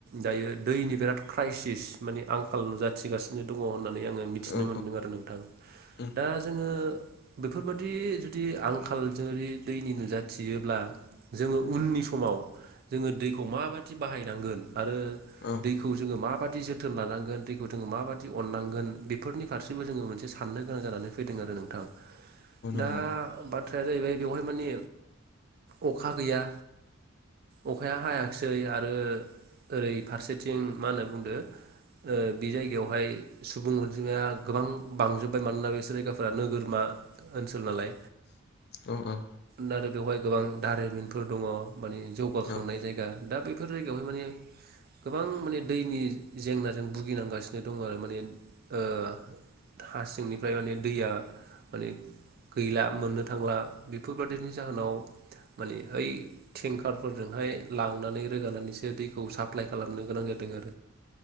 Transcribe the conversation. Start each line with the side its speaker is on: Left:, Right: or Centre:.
Right: दायो दैनि बिराद क्राइसिस माने आंखाल नुजाथिगासिनो दङ होनना नानै आङो
Left: औ
Right: मिथिनो
Left: औ
Right: मोनदों आरो नोंथां
Left: उम औ
Right: दा जोङो बेफोरबादि जुदि आंखाल जुदि दैनि नुजाथियोब्ला जोङो उननि समाव जोङो दैखौ माबादि बाहाय नांगोन आरो
Left: औ
Right: दैखौ माबादि जोथोन लानांगोन दैखौ जोङो माबादि अननांगोन बेफोर नि फारसेबो जोङो मोनसे सा साननो गोनां जानानै फैदों आरो नोंथां। दा
Left: औ
Right: बाथ थ्राया जाहैबाय बेवहाय माने अखा गैया अखाया हायाखिसै आरो ओरै फारसेथिं मा होनना बुंदो बे जायगायावहाय सुबुं अनजिमाया गोबां बांजोब्बाय मानोना बिसोर जायगाफोरा नोगोरमा ओनसोल नालाय।
Left: औ औ
Right: आरो बेवहाय गोबां दारिमिनफोर दङ। मानि जौगाखांनाय
Left: औ
Right: जायगा दा बेफोर जायगायावहाय माने गोबां माने दैनि जेंनाजों भुगिनांगासिनो दं आरो माने ओ हा सिंनिफ्राय माने दैया माने गैला मोननो थांला। बेफोरबादिनि जाहोनाव माने ओइ टेंकारफोरजोंहाय लांनानै रोगानानैसो दैखौ साप्लाय खालामनो गोनां जादों आरो।